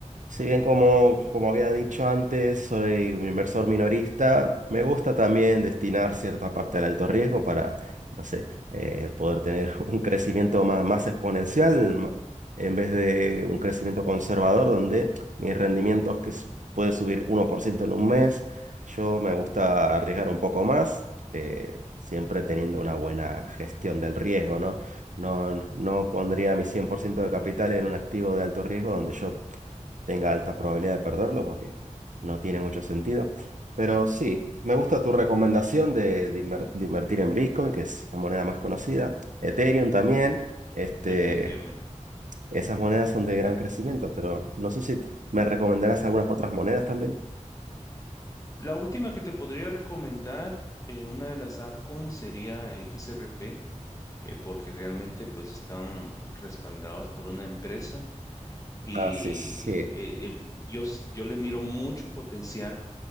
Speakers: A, on the right; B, on the left.
A: Si bien como, como había dicho antes, soy un inversor minorista, me gusta también destinar cierta parte al alto riesgo para, no sé, eh, poder tener <laughs> un crecimiento más, más exponencial ma- en vez de un crecimiento conservador donde mis rendimientos que s- puede subir uno por ciento en un mes, yo me gusta arriesgar un poco más, eh, siempre teniendo una buena gestión del riesgo, ¿no? No, no pondría mi 100% de capital en un activo de alto riesgo donde yo tenga alta probabilidad de perderlo porque no tiene mucho sentido. Pero sí, me gusta tu recomendación de, de inver- de invertir en Bitcoin, que es la moneda más conocida. Ethereum también. Este,
B: Definitivamente.
A: esas monedas son de gran crecimiento, pero no sé si me recomendarás algunas otras monedas también.
B: La última que te podría recomendar, eh, una de las altcoins sería XRP, eh, porque realmente pues están respaldados por una empresa Y
A: Ah, sí, sí.
B: eh, el- yo, s- yo le miro mucho potencial,